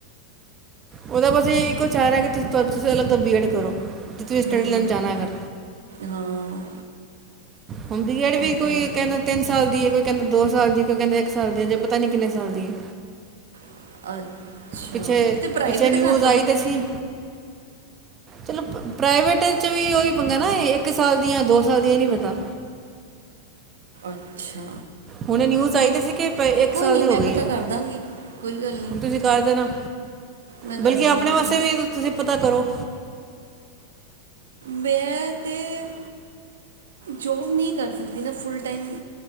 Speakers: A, on the right (about 30°); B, on the right (about 85°).
A: ਉਹਦਾ ਬਸ ਇੱਕੋ ਚਾਰਾ ਹੈ ਕਿ ਤੁਸੀਂ <unintelligible> ਬੀਐਡ ਕਰੋ। ਜੇ ਤੁਸੀਂ ਸਟੱਡੀ
B: ਹਮ,
A: ਲੈਣ ਜਾਣਾ ਅਗਰ
B: ਹਾਂ।
A: ਹੁਣ ਬੀਐਡ ਵੀ
B: ਉਹ
A: ਕੋਈ
B: ਤੇ ਹੈ
A: ਕਹਿੰਦੇ ਤਿੰਨ ਸਾਲ ਦੀ ਐ ਕੋਈ। ਕਹਿੰਦੇ ਦੋ ਸਾਲ ਦੀ ਐ ਕੋਈ ਕਹਿੰਦੇ ਇੱਕ ਸਾਲ ਦੀ, ਅਜੇ ਪਤਾ ਨੀ ਕਿੰਨੇ ਸਾਲ ਦੀ ਐ।
B: <unintelligible>
A: ਪਿੱਛੇ
B: ਤੇ ਪ੍ਰਾਈਵੇਟ
A: ਪਿੱਛੇ ਨਿਊਜ਼
B: ਕਰ ਲਓ
A: ਆਈ ਤੇ ਸੀ। ਚਲੋ ਪ ਪ੍ਰਾਈਵੇਟ ਵੀ ਉਹ ਹੀ ਪੰਗਾ ਨਾ ਇੱਕ ਸਾਲ ਦੀਆਂ, ਦੋ ਸਾਲ ਦੀਆਂ, ਇਹ ਨੀ ਪਤਾ।
B: ਅੱਛਾ।
A: ਹੁਣੇ ਨਿਊਜ਼ ਆਈ ਤੇ ਸੀ ਕਿ-
B: ਕੋਈ
A: ਸਾਲ
B: ਨਹੀਂ
A: ਦੀ
B: ਮੈਂ
A: ਹੋ ਗਈ
B: ਪਤਾ
A: ਹੈ
B: ਕਰ ਦਾਂਗੀ, ਕੋਈ ਗੱਲ ਨਹੀਂ।
A: ਹੁਣ ਤੁਸੀਂ ਕਰ ਦੇਣਾ
B: ਮੈਂ ਕਰ
A: ਬਲਕਿ
B: ਦਾਂਗੀ
A: ਆਪਣੇ
B: ਪਤਾ
A: ਵਾਸਤੇ ਵੀ ਤ ਤੁਸੀਂ- ਪਤਾ ਕਰੋ।
B: ਮੈਂ ਤੇ, ਜੋਬ ਨਹੀਂ ਕਰ ਸਕਦੀ ਨਾ ਫੁੱਲ ਟਾਈਮ